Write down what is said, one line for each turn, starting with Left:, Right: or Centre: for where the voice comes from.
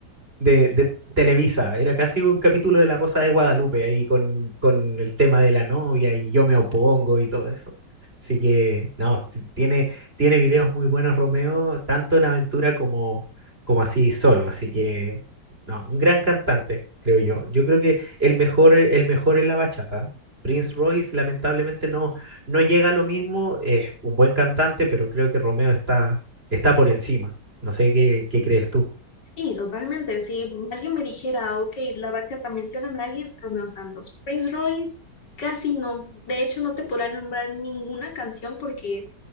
Right: de, de Televisa. Era casi un capítulo de La Rosa de Guadalupe ahí con, con el tema de la novia y yo me opongo y todo eso. Así que, no, t- tiene, tiene videos muy buenos Romeo, tanto en aventura como, como así solo. Así que, no, un gran cantante, creo yo. Yo creo que el mejor, eh, el mejor es la bachata. Prince Royce lamentablemente no, no llega a lo mismo, es un buen cantante, pero creo que Romeo está, está por encima. No sé qué, qué crees tú.
Left: Sí, totalmente. Si alguien me dijera, ok, la bachata, mencióname a alguien, Romeo Santos. Prince Royce, casi no. De hecho, no te podrá nombrar ninguna canción porque